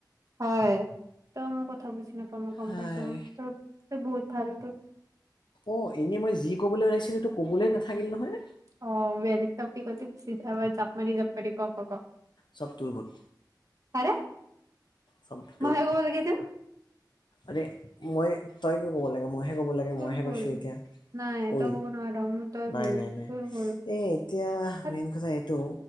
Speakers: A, on the right; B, on the left.
A: হয় তই মোৰ কথা বুজি নাপামওঁ ম গম
B: হাই
A: পাইছো ত-ত বহুত ফালটো
B: অ' এনে মই যি কবলৈ ওলাইছিলোঁ টো কবলৈ নাথাকিল নহয়।
A: অ' বেলেগ তাপিকতে গুচি যাবা জাপ মানি জাপাৰি ক ক ক।
B: চব টোৰ ভুল,
A: আৰে
B: চব
A: মইহে
B: টোৰ ভুল।
A: ক'ব লাগে এইটো
B: আৰে মই তই কিয় ক'ব লাগে মই হে হে ক'ব লাগে
A: তোৰ
B: মইহে
A: ভুল
B: কৈছোঁ এতিয়া,
A: নাই
B: ঐ
A: তই ক'ব নোৱাৰ মোৰ তই
B: নাই
A: ভুল
B: নাই নাই,
A: তোৰ ভুল
B: এই এতিয়া
A: হাত
B: মেইন কথা এইটো